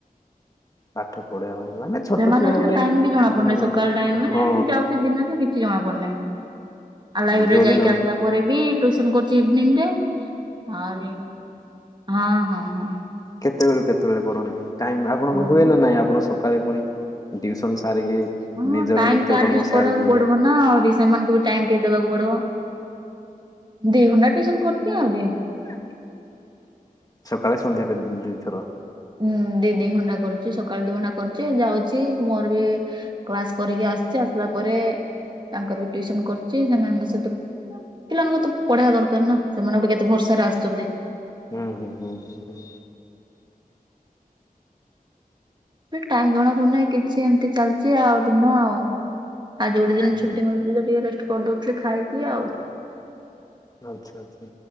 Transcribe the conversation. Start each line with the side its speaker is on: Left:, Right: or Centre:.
Left: ପାଠ ପଢିବା ପାଇଁ। ମାନେ ଛୋଟ
Right: ସେମାନେ
Left: ଛୁଆ
Right: ଅଛନ୍ତି
Left: ଗୋଟେ
Right: ଟାଇମ ବି ଜଣା
Left: ଉଁ
Right: ପଡୁନେଇଁ। ସକାଳ ଟାଇମ ମାନେ
Left: ହଁ
Right: ଏମତି ଯାଉଚି ଦିନ ଯେ କିଛି ଜଣା ପଡୁନାହିଁ। ଆଉ ଲାଇବ୍ରେରୀରେ
Left: ଯୋଉଦିନ
Right: ଯାଇକି ଆସିଲା ପରେ ବି ଟୁଇସନ କରୁଛି ଇଭିନିଂରେ। ଆହୁରି ହଁ। ହଁ ହଁ।
Left: କେତୋଳୁ କେତୋବେଳେ କରନ୍ତି? ଟାଇମ ଆପଣଙ୍କୁ
Right: ହଁ।
Left: ହୁଏ ନା ନାଇଁ? ଆପଣ ସବ ସକାଳେ ପୁଣି ଟ୍ୟୁସନ ସାରିକି।
Right: ହଁ
Left: ନିଜର
Right: ଟାଇମ
Left: ନିତ୍ୟକର୍ମ
Right: ତ ଆଜେଷ୍ଟ
Left: ସାରିକି
Right: କରିବାକୁ ପଡିବ ନା। ଆଉ ରିସ ସେମାନଙ୍କୁ ବି ଟାଇମ ଟିଏ ଦେବାକୁ ପଡିବ। ଦି ଘଣ୍ଟା ଟୁଇସନ କରୁଚି ଆଉ ଯେ।
Left: ନାଇଁ ସକାଳେ ସନ୍ଧ୍ୟା ବେଦ ଦି ଥର।
Right: ହୁଁ ଦି ଦି ଘଣ୍ଟା କରୁଚି ସକାଳେ ଦି ଘଣ୍ଟା କରୁଚି ଯାଉଚି। ମୋର ବି କ୍ଲାସ କରିକି ଆସଚି। ଆସିଲା ପରେ ତାଙ୍କର ବି ଟ୍ୟୁସନ କରୁଚି। ସେମାନଙ୍କ ସଇତ ପିଲାମାନଙ୍କୁ ତ ପଢେଇବା ଦରକାର ନା ସେମାନେ ଗୋଟେ କେତେ ଭରସାରେ ଆସୁଚନ୍ତି।
Left: ହୁଁ! ହୁଁ! ହୁଁ! ହୁଁ! ହୁଁ!
Right: ବି ଟାଇମ ଜଣା ପଡୁନାହିଁ କିଛି ଏମିତି ଚାଲଚି ଆଉ ଦିନ ଆଉ। ଆଜି ଗୋଟେ ଦିନ
Left: ହୁଁ
Right: ଛୁଟି ମିଳ ନି ଟିକେ ରେଷ୍ଟ କରଦୋଉଥିଲି ଖାଇକି ଆଉ।
Left: ଆଚ୍ଛା ଆଚ୍ଛା।